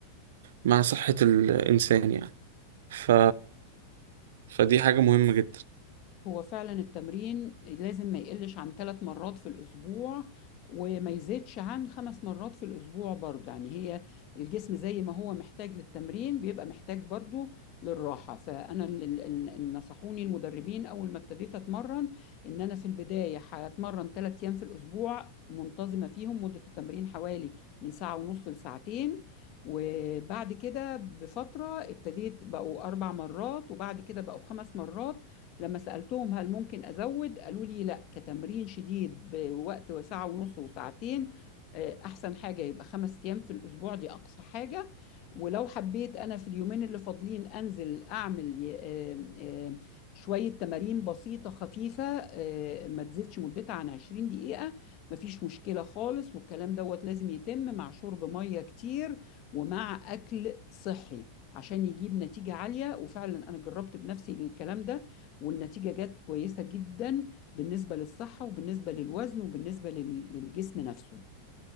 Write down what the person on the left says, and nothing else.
هو فعلا التمرين لازم ما يقلش عن ثلاث مرات في الأسبوع وما يزيدش عن خمس مرات في الأسبوع برضه يعني هي الجسم زي ما هو محتاج للتمرين بيبقى محتاج برضه للراحة فأنا ال- ال- ال- نصحوني المدربين أول ما ابتديت أتمرن إن أنا في البداية هتمرن ثلاث أيام في الأسبوع منتظمة فيهم مدة التمرين حوالي من ساعة ونص لساعتين وبعد كده بفترة ابتديت بقوا أربع مرات وبعد كده بقوا خمس مرات لما سألتهم هل ممكن أزود قالوا لي لا كتمرين شديد بوقت ساعة ونص وساعتين آه، أحسن حاجة يبقى خمس أيام في الأسبوع دي أقصى حاجة ولو حبيت أنا في اليومين اللي فاضلين أنزل أعمل ي- آه، آه، شوية تمارين بسيطة خفيفة آه، ما تزيدش مدتها عن 20 دقيقة مفيش مشكلة خالص والكلام دوت لازم يتم مع شرب مية كتير ومع أكل صحي عشان يجيب نتيجة عالية وفعلا أنا جربت بنفسي الكلام ده والنتيجة جت كويسة جدا بالنسبة للصحة وبالنسبة للوزن وبالنسبة لل- للجسم نفسه